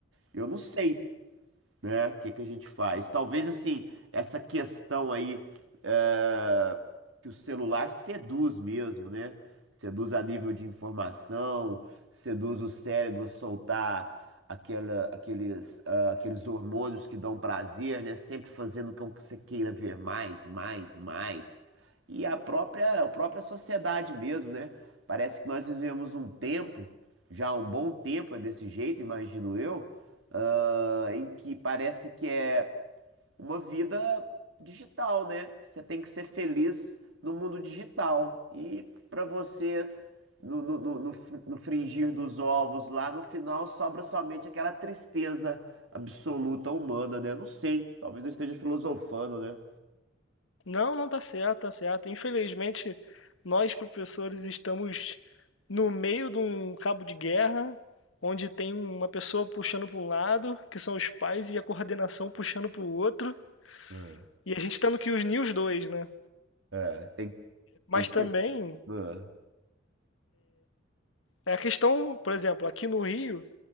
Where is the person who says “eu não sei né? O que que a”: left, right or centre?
Right